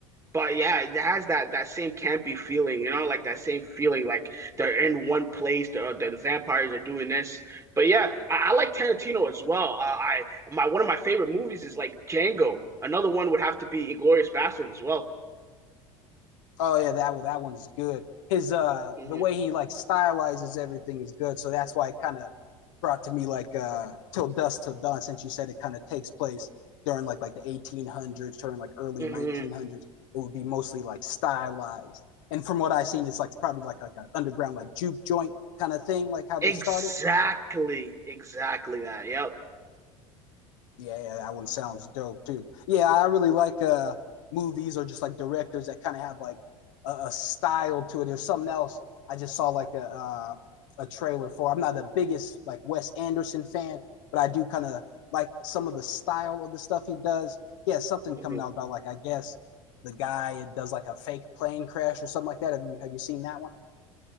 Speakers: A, on the right; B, on the left.
A: But yeah, it has that that same campy feeling, you know, like that same feeling, like they're in one place, the the, the vampires are doing this. But yeah, I, I like Tarantino as well. Uh, I my one of my favorite movies is like Django. Another one would have to be Inglorious Bastards as well.
B: Oh yeah, that one- that one's good. His uh
A: hmm
B: the way he like stylizes everything is good. So that's why it kind of brought to me like uh Till Dusk Till Dawn since you said it kind of takes place during like like the 1800s, during like early
A: hmm
B: 1900s. It would be mostly like stylized. And from what I've seen it's like probably like like an underground like juke joint kind of thing like how they
A: Exactly,
B: started.
A: exactly that. Yep.
B: Yeah, yeah, that one sounds dope too. Yeah, I really like uh movies or just like directors that kind of have like a, a style to it. There's something else I just saw like a uh, a trailer for. I'm not the biggest like Wes Anderson fan, but I do kind of like some of the style of the stuff he does. He has something
A: hmm
B: coming out about like I guess the guy that does like a fake plane crash or something like that. Have you have you seen that one?